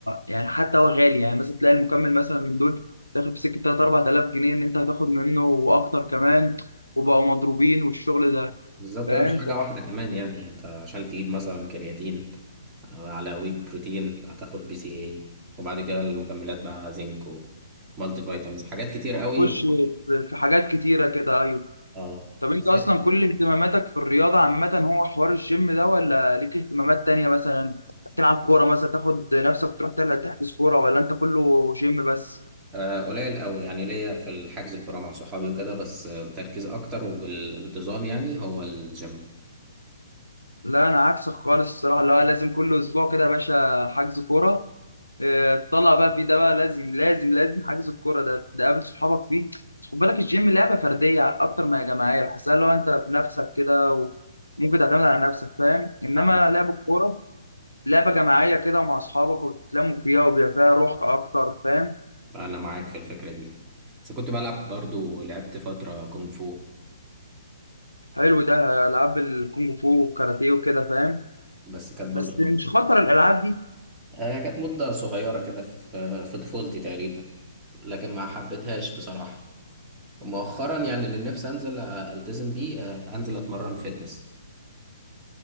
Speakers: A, on the left; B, on the right.
A: يعني حتى هو غالي يعني مثلا تلاقي المكمل مثلا من دول تاخد في سكه 3 4000 جنيه ان انت هتاخد منه واكتر كمان وبقوا مضروبين والشغل ده
B: بالظبط
A: فاهم
B: هي مش حاجة واحدة كمان يعني يعني انت عشان تجيب مثلا كرياتين على وي بروتين هتاخد بي سي اي وبعد كده المكملات بقى زنك ومالتي فيتامينز حاجات كتير قوي
A: فبتخش
B: و...
A: في في حاجات كتيره كده ايوه
B: اه
A: طب
B: بس
A: انت اصلا كل اهتماماتك في الرياضه عامه هو حوار الجيم ده ولا ليك اهتمامات تانية مثلا تلعب كوره مثلا تاخد نفسك تروح تلعب تحجز كوره ولا انت كله جيم بس
B: آه، قليل قوي يعني ليا في الحجز الكرة مع صحابي وكده بس التركيز اكتر وبالانتظام يعني هو الجيم
A: لا انا عكسك خالص الصراحه لا لازم كل اسبوع كده يا باشا حجز كوره آه، تطلع بقى فيه ده بقى لازم لازم لازم حجز الكوره ده تقابل صحابك فيه بس خد بالك الجيم لعبه فرديه اكتر ما هي جماعيه بحسها لو انت بنفسك كده وممكن تعتمد على نفسك فاهم انما
B: عم-
A: لعب الكوره لعبه جماعيه كده مع اصحابك وبتتلموا فيها وبيبقى فيها روح اكتر فاهم
B: انا معاك في الفكرة دي بس كنت بلعب برضو لعبت فترة كونغ فو
A: حلو ده العاب الكونغ فو والكاراتيه وكده فاهم
B: بس كانت
A: بس
B: برضو
A: مش خطر الالعاب دي
B: هي كانت مدة صغيرة كده في في طفولتي تقريبا لكن ما حبيتهاش بصراحة مؤخرا يعني اللي نفسي أنزل آه، ألتزم بيه آه، أنزل أتمرن فيتنس